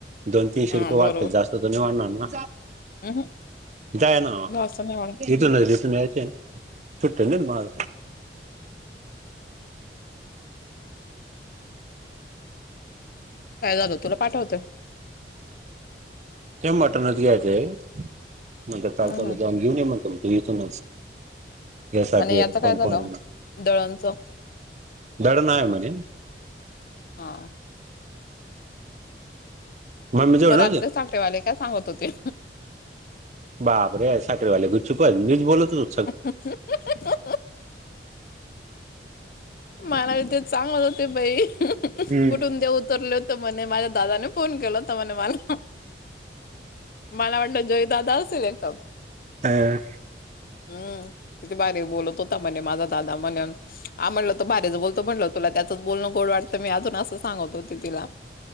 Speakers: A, on the right; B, on the left.
A: दोन तीनशे
B: हा
A: रुपये वाढते
B: बरोबर
A: जास्त तर नाही वाढणार ना.
B: हम्म
A: जाय ना.
B: जास्त नाही मॅडम
A: जतून जत याचे सुुट्टे नाही माझ.
B: काय झालं तुला पाठवतं.
A: ते मटणच घ्यायचं हाय म्हणताना चालत
B: हम्म
A: चाललो
B: हम्म
A: होतो आम्ही. घेऊन या म्हणते इथून गॅस
B: आणि याचं काय
A: पंपावर.
B: झालं दळणचं
A: धडण आहे म्हणे.
B: हां,
A: मम्मी जवळ
B: मग
A: नव्हत्या
B: रात्र सठेवाले का सांगत होते.
A: बाप रे साठे वाले गुच्छ पण गपछूप मीच बोलतो.
B: अ <inaudible> म्हला बी ते चांगच होते बाई
A: हम्म
B: कुठून ते उतरले. तर मने माझ्या दादाने फोन केला तर मणे मला. मला वाटत जय दादा असेल एक तर.
A: आ,
B: हम्म किती भारी बोलत होता म्हणे माझा दादा म्हणून आमी म्हटलं. त बारीच बोलतो म्हटलं तुला त्याच बोलण गोड वाटतं मी अजून असं सांगत होते तिला.